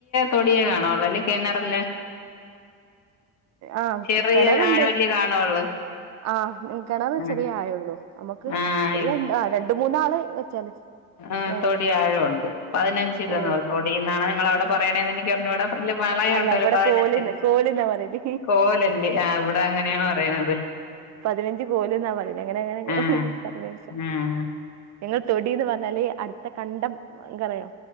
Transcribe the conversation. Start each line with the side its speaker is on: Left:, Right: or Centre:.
Left: തൊടിയോ കാണൂ അല്ലെ ഈ കിണറില്.
Right: ആഹ്
Left: ചെറിയ
Right: കിണറിണ്ട്,
Left: ആഴല്ലേ കാണുള്ളൂ
Right: ആഹ് കിണറ്
Left: ആഹ്
Right: ചെറിയ ആഴള്ളൂ. നമ്മുക്ക്
Left: ആഹ്
Right: ഒരു ര രണ്ട് മൂന്നാള് വെച്ചാല്.
Left: ആഹ്
Right: ഏഹ്
Left: തൊടി ആഴമുണ്ട്. പതിനഞ്ച് ഇതന്നോ
Right: ഓഹ്
Left: തൊടിന്നാണ് നിങ്ങക്ക് അവിടെ പറയണന്ന് എനിക്ക് അറിഞ്ഞൂട. ഇല്ല വളയം
Right: അല്ല
Left: ഉണ്ടല്ലോ,
Right: ഇവിടെ
Left: പതിനഞ്ച്
Right: കോല്ന്ന് കോല്ന്നാ പറയല്
Left: കോലല്ലേ ആഹ് ഇവിടെ അങ്ങനെയാണ് പറയണത്.
Right: പതിനഞ്ച് കോലന്നാ പറയണ അങ്ങനെ അങ്ങനെ
Left: ആഹ്
Right: പറയണ കേക്കാം.
Left: ആഹ്
Right: ഞങ്ങൾ തൊടിന്ന് പറഞ്ഞാല് അടുത്ത കണ്ടം നിങ്ങക്കറിയോ.